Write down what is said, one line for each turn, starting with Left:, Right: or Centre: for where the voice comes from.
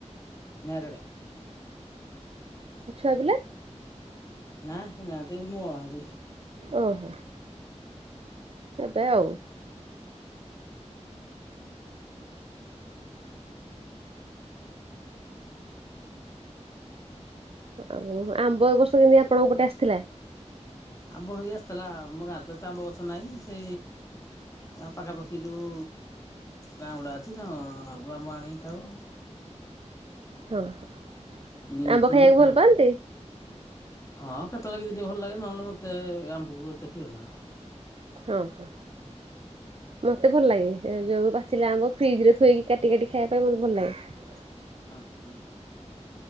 Left: ମ୍ୟାରେଡ୍।
Right: ଛୁଆପିଲା?
Left: ନା ହେଇ ନାହାନ୍ତି ନୂଆ ବାହା ହେଇଚି।
Right: ଓଃ ଏବେ ଆଉ।
Left: <inaudible>
Right: ଆଉ ଆମ୍ବ ଏ ବର୍ଷ ଆପଣଙ୍କ ପଟେ ଆସିଥିଲା?
Left: ଆମ୍ବ ଯୋଉ ଆସିଥିଲା ଆମ ଗାଁରେ ତ ଏତେ ଆମ୍ବ ଗଛ ନାହିଁ ସେ ଗାଁ ପାଖାପାଖି ଯୋଉ ଗାଁ ଗୁଡ଼ା ଅଛି ତ ତାକୁ ଆମ୍ୱ ଆଣିକି ଖାଉ।
Right: ହଁ ହଁ
Left: କିଣିକି
Right: ଆମ୍ବ ଖାଇବାକୁ
Left: ଖାଉ
Right: ଭଲ ପାଆନ୍ତି।
Left: ହଁ କେତେବେଳେ କେମିତି ଯଦି ଭଲ ଲାଗେ ନହେଲେ ମତେ ଆମ୍ବକୁ ଏତେ ପ୍ରିୟ ନୁହଁ।
Right: ହଁ ହଁ। ମତେ ଭଲ ଲାଗେ ଯୋଉ ପାଚିଲା ଆମ୍ୱ ଫ୍ରିଜରେ ଥୋଇକି କାଟି କାଟି ଖାଇବାପାଇଁ ମତେ ଭଲ ଲାଗେ।
Left: ଓ ହୋ।